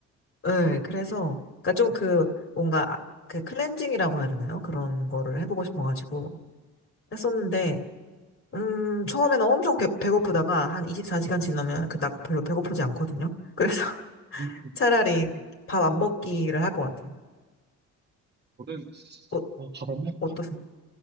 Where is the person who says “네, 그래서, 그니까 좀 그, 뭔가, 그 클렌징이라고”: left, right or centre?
Left